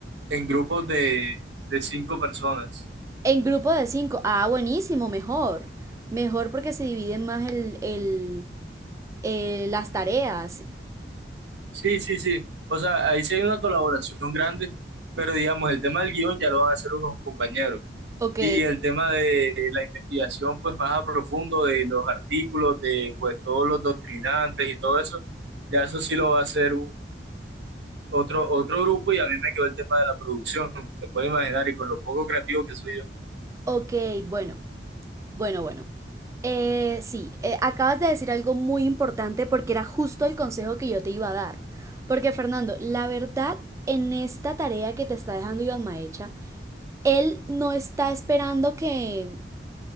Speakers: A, on the right; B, on the right.
A: en grupos de, de cinco personas.
B: En grupo de cinco, ah, buenísimo, mejor, mejor porque se dividen más el, el, eh, las tareas,
A: Sí, sí, sí. O sea, ahí sí hay una colaboración grande, pero digamos, el tema del guión ya lo van a hacer unos compañeros.
B: ok,
A: Y el tema de la investigación, pues más a profundo de los artículos, de pues todos los doctrinantes y todo eso, ya eso sí lo va a hacer otro, otro grupo y a mí me quedó el tema de la producción, te puedes imaginar, y con lo poco creativo que soy yo.
B: Ok, bueno, bueno, bueno. Eh, sí, eh, acabas de decir algo muy importante porque era justo el consejo que yo te iba a dar. Porque Fernando, la verdad, en esta tarea que te está dejando Iván Maecha, él no está esperando que,